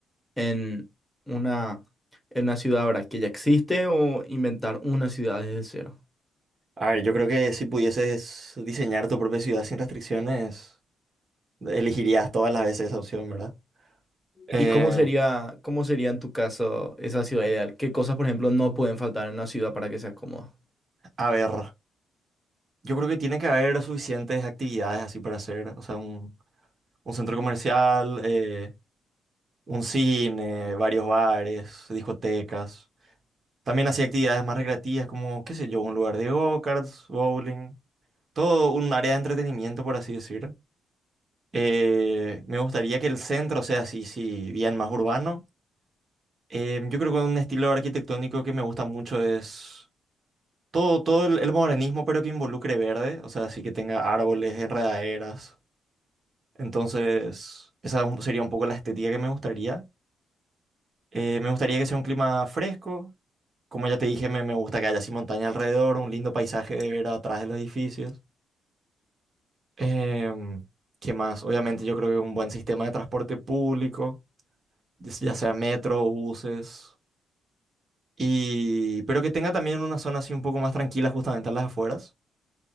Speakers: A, in the centre; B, on the right.
A: en una, en una ciudad, ¿verdad? que ya existe o inventar una ciudad desde cero?
B: A ver, yo creo que si pudieses diseñar tu propia ciudad sin restricciones, elegirías todas las veces esa opción, ¿verdad? Eh,
A: ¿Y cómo sería, cómo sería en tu caso esa ciudad ideal? ¿Qué cosas, por ejemplo, no pueden faltar en una ciudad para que sea cómoda?
B: a ver, yo creo que tiene que haber suficientes actividades así para hacer, o sea, un, un centro comercial. eh, Un cine, varios bares, discotecas. También hacía actividades más recreativas como, qué sé yo, un lugar de go-karts, bowling. Todo un área de entretenimiento, por así decir. Eh, me gustaría que el centro sea así, sí, bien más urbano. Eh, yo creo que un estilo arquitectónico que me gusta mucho es todo, todo el, el modernismo, pero que involucre verde. O sea, así que tenga árboles, enredaderas. Entonces, esa un- sería un poco la estética que me gustaría. Eh, me gustaría que sea un clima fresco. Como ya te dije, me, me gusta que haya así montaña alrededor, un lindo paisaje de ver atrás de los edificios. Em, ¿qué más? Obviamente yo creo que un buen sistema de transporte público, ya s- ya sea metro, buses, y... pero que tenga también una zona así un poco más tranquila justamente a las afueras.